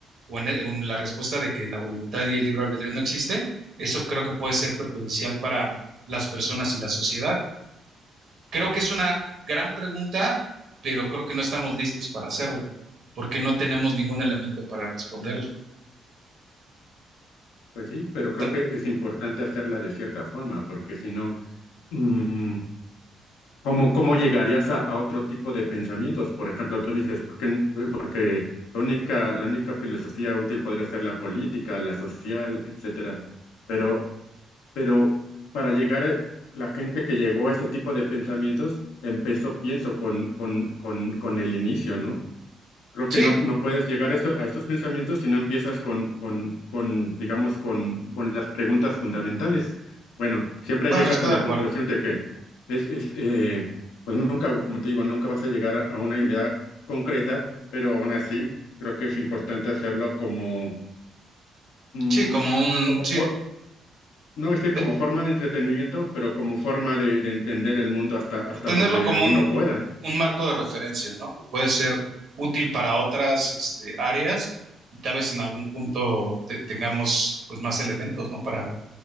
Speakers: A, on the right; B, on the left.
A: o en, en la respuesta de que la voluntad y el libre albedrío no existe, eso creo que puede ser perjudicial para las personas y la sociedad. Creo que es una gran pregunta, pero creo que no estamos listos para hacerla, porque no tenemos ningún elemento para responderla.
B: pues sí, pero creo
A: T-
B: que es importante hacerla de cierta forma, porque si no, mm, ¿Cómo, cómo llegarías a, a otro tipo de pensamientos? Por ejemplo, tú dices, ¿por qué, n- eh, porque la única, la única filosofía útil podría ser la política, la social, etcétera. Pero, pero para llegar a la gente que llegó a ese tipo de pensamientos, empezó, pienso, con, con, con, con el inicio, ¿no? Creo
A: Sí,
B: que no, no puedes llegar a, eso- a esos pensamientos si no empiezas con, con, con, digamos, con, con las preguntas fundamentales. Bueno, siempre
A: bueno,
B: llegas
A: estoy
B: a la
A: de acuerdo.
B: conclusión de que es, es, eh, pues nunca, como te digo, nunca vas a llegar a, a una idea concreta, pero aún así creo que es importante hacerlo como, mm,
A: Sí, como un,
B: como
A: sí,
B: fo- no decir
A: eh,
B: como forma de entretenimiento, pero como forma de, de entender el mundo hasta, hasta
A: tenerlo
B: donde
A: como
B: uno
A: un,
B: pueda.
A: un marco de referencia, ¿no? Que puede ser útil para otras, este, áreas y tal vez en algún punto te- tengamos, pues, más elementos, ¿no? Para,